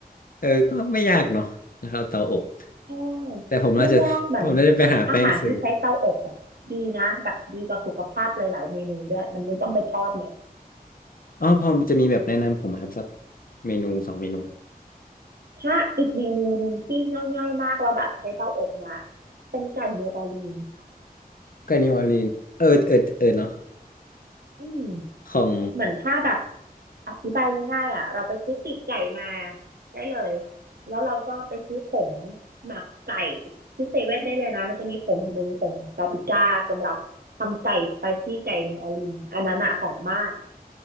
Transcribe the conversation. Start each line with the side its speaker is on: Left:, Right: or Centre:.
Left: เออก็ไม่ยากเนาะนะครับเตาอบ
Right: ใช่
Left: แต่ผมน่าจะ
Right: ไม่ยากเหมือน
Left: <laughs> ผมน่าจะไปหาแป้งซื้อ
Right: อาหารที่ใช้เตาอบอ่ะดีนะแบบดีต่อสุขภาพหลายๆเมนูด้วยมันไม่ต้องไปทอดไง
Left: อ๋อพอจะมีแบบแนะนำผมไหมครับสักเมนูสองเมนู
Right: ถ้าอีกเมนูหนึ่งที่ง่ายๆมากแล้วแบบใช้เตาอบนะเป็นไก่นิวออร์ลีนส์ค่ะ
Left: กับนิวออร์ลีนเออเออเออเนาะ
Right: อืม
Left: ของ
Right: เหมือนถ้าแบบอธิบายง่ายๆอ่ะเราไปซื้อปีกไก่มาได้เลยแล้วเราก็ไปซื้อผงหมักไก่ที่เซเว่นได้เลยนะมันจะมีผงหนึ่งผงปาปริก้าสำหรับทำไก่สไปซี่ไก่นิวออร์ลีนส์อันนั้นอ่ะหอมมาก